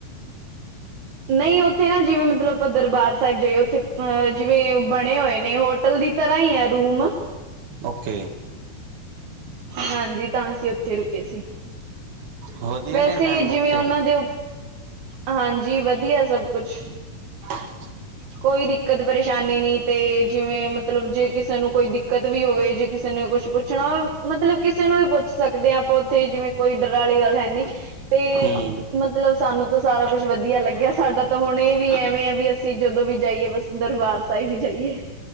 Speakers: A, on the right; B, on the right.
A: ਨਹੀਂ, ਉੱਥੇ ਨਾ ਜਿਵੇਂ ਮਤਲਬ ਆਪਾਂ ਦਰਬਾਰ ਸਾਹਿਬ ਜਾਈਏ ਉੱਥੇ ਅ ਜਿਵੇਂ ਬਣੇ ਹੋਏ ਨੇ ਹੋਟਲ ਵੀ ਤਰ੍ਹਾਂ ਹੀ ਹੈ ਰੂਮ।
B: ਓ ਕੇ।
A: ਹਾਂਜੀ, ਤਾਂ ਅਸੀਂ ਉੱਥੇ ਰੁਕੇ ਸੀ।
B: ਵਧੀਆ
A: ਵੈਸੇ
B: ਨੇ ਰਹਿਣ ਨੂੰ
A: ਜਿਵੇਂ
B: ਉੱਥੇ
A: ਉਨਨਾਂ ਦੇ, ਹਾਂਜੀ ਵਧੀਆ ਸਭ ਕੁਛ।
B: <inaudible>
A: ਕੋਈ ਦਿੱਕਤ ਪਰੇਸ਼ਾਨੀ ਨੀ ਤੇ ਜਿਵੇਂ ਮਤਲਬ ਜੇ ਕਿਸੇ ਨੂੰ ਕੋਈ ਦਿੱਕਤ ਵੀ ਹੋਵੇ ਜੇ ਕਿਸੇ ਨੂੰ ਕੁਛ ਪੁੱਛ ਪੁੱਛਣਾ ਮਤਲਬ ਕਿਸੇ ਨੂੰ ਵੀ ਪੁੱਛ ਸਕਦੇ ਹਾਂ ਆਪਾਂ ਉੱਥੇ ਜਿਵੇਂ ਕੋਈ ਡਰ ਵਾਲੀ ਗੱਲ ਹੈਨੀ ਤੇ
B: ਹੂੰ
A: ਮਤਲਬ ਸਾਨੂੰ ਤਾਂ ਸਾਰਾ ਕੁਛ ਵਧੀਆ ਲੱਗਿਆ, ਸਾਡਾ ਤਾਂ ਹੁਣੇ ਵੀ ਐਵੇਂ ਆ ਵੀ ਅਸੀਂ ਜਦੋਂ ਵੀ ਜਾਈਏ ਬਸ ਦਰਬਾਰ ਸਾਹਿਬ ਵੀ ਜਾਈਏ।